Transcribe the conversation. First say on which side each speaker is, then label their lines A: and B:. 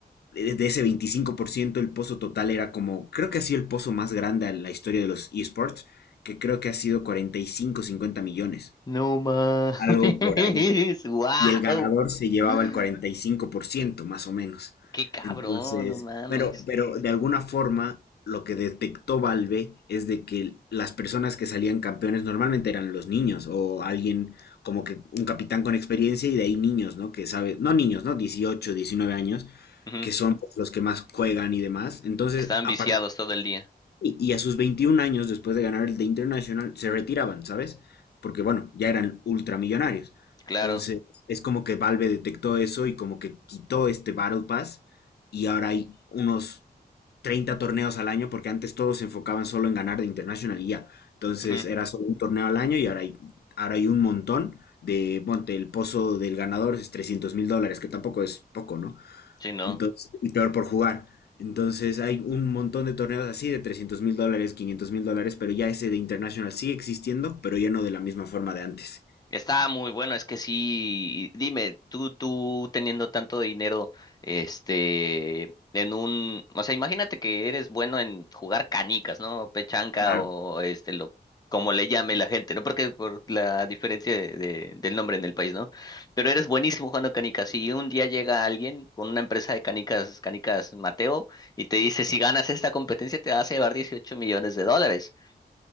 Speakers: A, on the left; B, on the left.
A: de de ese 25%, el pozo total era como, creo que ha sido el pozo más grande en la historia de los esports, que creo que ha sido 45, 50 millones,
B: No mames,
A: algo por ahí
B: <laughs> wow.
A: y el ganador se llevaba
B: <gasps> <laughs>
A: el cuarenta y cinco por ciento más o menos.
B: Qué cabrón,
A: Entonces,
B: no mames.
A: pero, pero de alguna forma, lo que detectó Valve es de que las personas que salían campeones normalmente eran los niños o alguien como que un capitán con experiencia y de ahí niños, ¿no? Que sabe, no niños, ¿no? 18 19 años,
B: Ujú,
A: que son pues, los que más juegan y demás. Entonces,
B: que Estaban
A: a
B: viciados todo el día.
A: y, y a sus 21 años, después de ganar el The International, se retiraban, ¿sabes? Porque, bueno, ya eran ultramillonarios.
B: Claro.
A: Entonces, es como que Valve detectó eso y como que quitó este Battle Pass y ahora hay unos 30 torneos al año porque antes todos se enfocaban solo en ganar de International y ya. Entonces,
B: ujú,
A: era solo un torneo al año y ahora hay, ahora hay un montón de, ponte, el pozo del ganador es 300 mil dólares, que tampoco es poco, ¿no?
B: Sí, no.
A: Entonces, y peor por jugar. Entonces hay un montón de torneos así de 300 mil dólares, 500 mil dólares, pero ya ese de International sigue existiendo, pero ya no de la misma forma de antes.
B: Está muy bueno, es que sí, dime, tú, tú teniendo tanto dinero, este, en un, o sea, imagínate que eres bueno en jugar canicas, ¿no? Pechanca
A: Claro,
B: o este, lo, como le llame la gente, ¿no? Porque por la diferencia de, de- del nombre en el país, ¿no? Pero eres buenísimo jugando canicas y un día llega alguien con una empresa de canicas, canicas Mateo, y te dice, si ganas esta competencia te vas a llevar 18 millones de dólares.